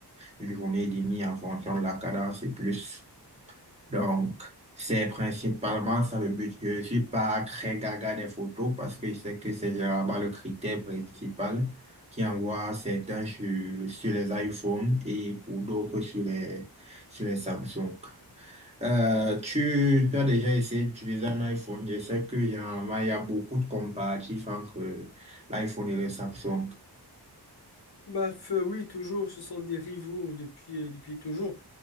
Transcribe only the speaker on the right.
une journée et demie en fonction de la cadence et plus. Donc, c'est principalement ça le but. Je suis pas très gaga des photos parce que je sais que c'est généralement le critère principal qui envoie certains sur, sur les iPhones et pour d'autres sur les, sur les Samsung. Euh, tu as déjà essayé d'utiliser un iPhone. Je sais que généralement, il y a beaucoup de comparatifs entre l'iPhone et le Samsung.